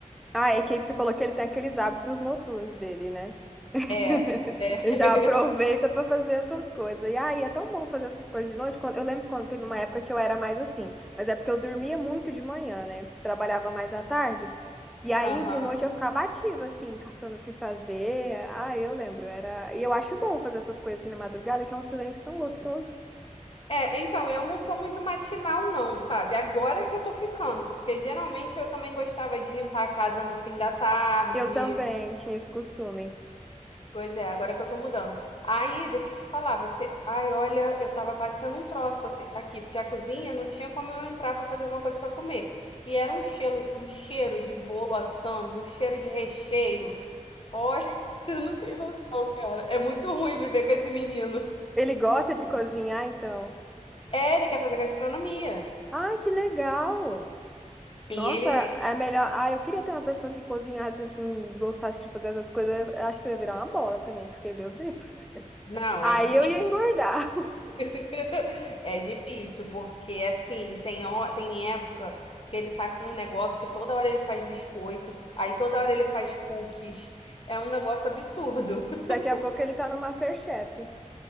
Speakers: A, in the centre; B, on the left (about 45°).
A: Ah, é que você falou que ele tem aqueles hábitos noturnos dele, né? <laughs>
B: É, é.
A: Eu
B: <laughs>
A: já aproveita pra fazer essas coisas. E aí, é tão bom fazer essas coisas de noite. Quando- Eu lembro quando teve uma época que eu era mais assim, mas é porque eu dormia muito de manhã, né? Trabalhava mais à tarde. E aí,
B: Aham.
A: de noite, eu ficava ativa, assim, caçando o que fazer. Ah, eu lembro, era. E eu acho bom fazer essas coisas assim na madrugada, que é um silêncio tão gostoso.
B: É, então, eu não sou muito matinal, não, sabe? Agora que eu tô ficando, porque geralmente eu também gostava de limpar a casa no fim da tarde.
A: Eu também tinha esse costume.
B: Pois é, agora que eu tô mudando. Aí, deixa eu te falar, você. Ai, olha, eu tava quase tendo um troço assim- aqui, porque a cozinha não tinha como eu entrar pra fazer alguma coisa pra comer. E era um cheiro, um cheiro de bolo assando, um cheiro de recheio. Olha, <laughs> eu não tenho noção, cara. É muito ruim viver com esse menino.
A: Ele gosta de cozinhar, então.
B: É, ele quer fazer gastronomia.
A: Ai, que legal!
B: E
A: Nossa,
B: ele.
A: é melhor. Ah, eu queria ter uma pessoa que cozinhasse assim, gostasse de fazer essas coisas. Eu acho que eu ia virar uma bola também, porque, meu Deus. <laughs>
B: Não,
A: Aí
B: é difícil.
A: eu ia engordar.
B: <laughs> É difícil, porque assim, tem, ho- tem época que ele tá com um negócio que toda hora ele faz biscoito, aí toda hora ele faz cookies. É um negócio absurdo.
A: <laughs>
B: <laughs>
A: Daqui a pouco ele tá no MasterChef.